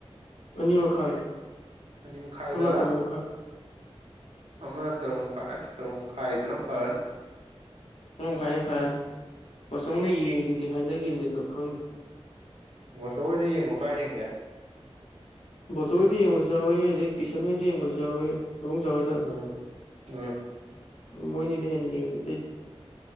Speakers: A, on the left; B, on the right.
A: ꯑꯅꯤ ꯃꯈꯥꯏ
B: ꯑꯅꯤ ꯃꯈꯥꯏꯒ
A: ꯑꯃꯅ ꯇꯔꯨꯛ ꯃꯈꯥꯏ
B: ꯑꯃꯅ ꯇꯔꯨꯛ ꯃꯈꯥꯏ ꯑꯁ ꯇꯔꯨꯛ ꯃꯈꯥꯏꯗꯨꯅ ꯐꯔꯅꯤ
A: ꯃꯔꯔꯝ ꯃꯈꯥꯏꯅ ꯐꯔꯅꯤ ꯄꯆꯧꯅ ꯌꯦꯡꯁꯤꯗꯤ ꯍꯥꯏꯅꯈꯤꯕꯅꯤ ꯑꯣ ꯈꯪꯗꯦ
B: ꯕꯥꯆꯧ ꯍꯣꯏꯗ ꯌꯦꯡꯕ꯭ꯔꯣ ꯀꯥꯏ ꯌꯦꯡꯒꯦ
A: ꯕꯣꯁꯣ ꯍꯣꯏꯗ ꯌꯦꯡꯕꯁꯨ ꯌꯥꯎꯏꯤ ꯑꯗꯩ ꯀꯤꯁꯟ ꯍꯣꯏꯗ ꯌꯦꯡꯕꯁꯨ ꯌꯥꯎꯏ ꯂꯕꯨꯡ ꯖꯥ ꯍꯣꯏꯗ
B: ꯎꯝ ꯎꯝ
A: ꯃꯣꯏꯅꯤꯗꯩ ꯍꯦꯟꯅ ꯌꯦꯡꯗꯦꯗ ꯑꯩꯗꯤ